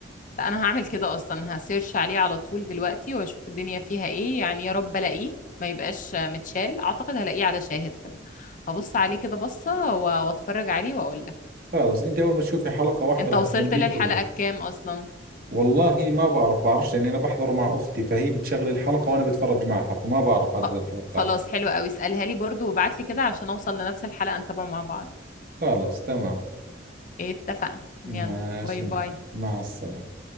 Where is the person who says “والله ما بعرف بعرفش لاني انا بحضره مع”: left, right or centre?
Right